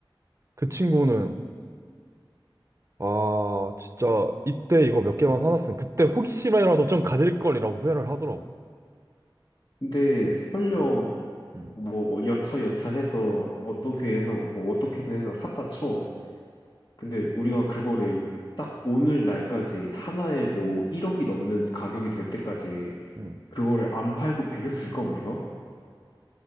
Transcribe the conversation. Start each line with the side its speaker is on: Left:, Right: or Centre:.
Right: 그 친구는 아 진짜 이때 이거 몇 개만 사놨으면 그때 호기심이라도 좀 가질 걸이라고 후회를 하더라고.
Left: 근데 설령
Right: 어, 음.
Left: 뭐 여차 여차 해서 어떻게 해서 뭐 어떻게든 해서 샀다 쳐. 근데 우리가 그거를 딱 오늘 날까지 하나에 뭐 1억이 넘는 가격이 될 때까지
Right: 음.
Left: 그거를 안 팔고 배겼을까 우리가?